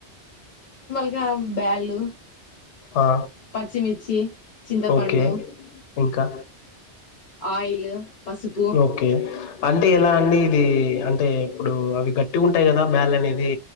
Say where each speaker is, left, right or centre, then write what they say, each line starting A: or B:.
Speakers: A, on the left (about 50°); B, on the left (about 80°).
A: ఇకా బ్యాళు
B: ఆ!
A: పచ్చిమిర్చి చింతపండు
B: ఓకే. ఇంకా
A: ఆయిల్ పసుపు
B: ఓకే అంటే ఎలా అండి ఇది టే అంటే ఇప్పుడు అవి గట్టి గుంటయ్ కదా బ్యాల్ అనేది